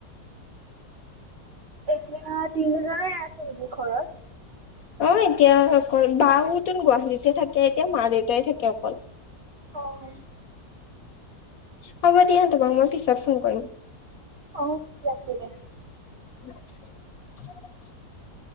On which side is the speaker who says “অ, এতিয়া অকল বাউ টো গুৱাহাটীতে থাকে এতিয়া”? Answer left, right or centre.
Left